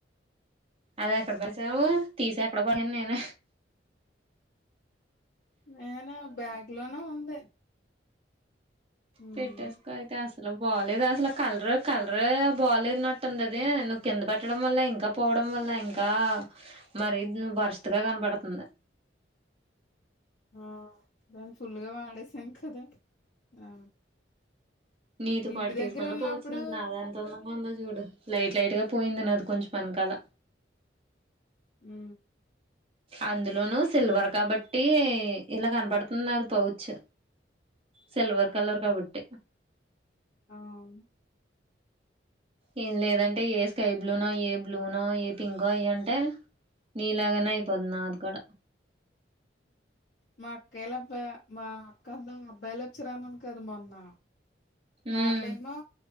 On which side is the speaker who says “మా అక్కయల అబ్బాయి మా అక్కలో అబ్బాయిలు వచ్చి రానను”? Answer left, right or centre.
Left